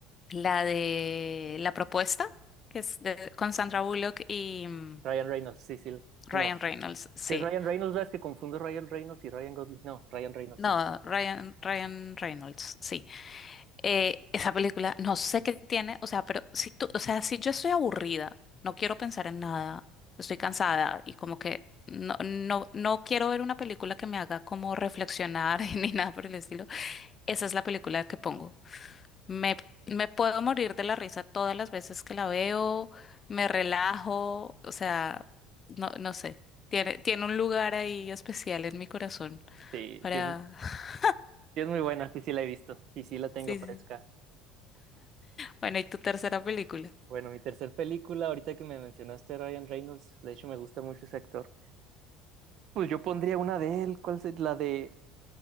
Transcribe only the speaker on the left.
la de La Propuesta, que es de- con Sandra Bullock y mm,
Ryan
Reynolds, sí.
No,
Ryan, Ryan Reynolds, sí. Eh, esa película, no sé qué tiene, o sea, pero si tú, o sea, si yo estoy aburrida, no quiero pensar en nada, estoy cansada y como que no, no, no quiero ver una película que me haga como reflexionar <laughs> ni nada por el estilo, esa es la película que pongo. Me, me puedo morir de la risa todas las veces que la veo, me relajo, o sea, no, no sé. Tiene, tiene un lugar ahí especial en mi corazón
para...
<laughs>
Sí,
sí. Bueno, ¿y tu tercera película?